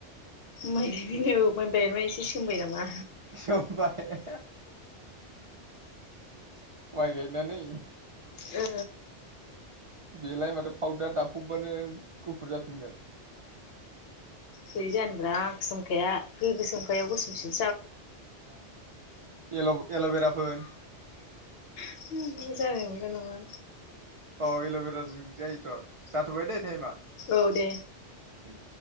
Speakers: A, on the left; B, on the right.
A: माइ गायनायनि औ ओमफाय बेमा एसे सोमबाय नामा।
B: सोमबाय माइ गायनानै
A: ओ
B: बेलाय माथो पावदार दाबफबबानो गुफुर जाफिनगोन।
A: बोरै जानोब्रा गोसोमखाया गो गोसोमखाया गोसोमसिन
B: एल' एल'भेरा फोन।
A: <unintelligible> जानाय नंला नामा?
B: अ एल'भेराजों जायोथ' जाथ'बाय दैे टाइमा।
A: औ दे।
B: उम